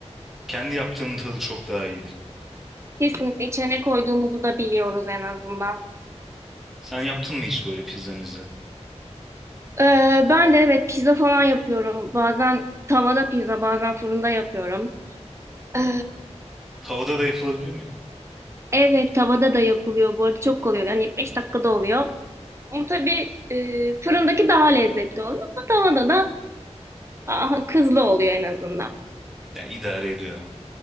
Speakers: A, in the centre; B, on the right.
A: Kendi yaptığımın tadı çok daha iyiydi.
B: Kesinlikle içine koyduğumuzu da biliyoruz en azından.
A: Sen yaptın mı hiç böyle pizzamızda?
B: Ee, ben de evet pizza falan yapıyorum. Bazen tavada pizza, bazen fırında yapıyorum. Ee,
A: Tavada da yapılabiliyor mu ya?
B: evet tavada da yapılıyor bu arada çok kolay oluyor. Yani 5 dakikada oluyor. Ama tabii e, fırındaki daha lezzetli oluyor ama tavada da aha, kızlı oluyor en azından.
A: Ya idare ediyor.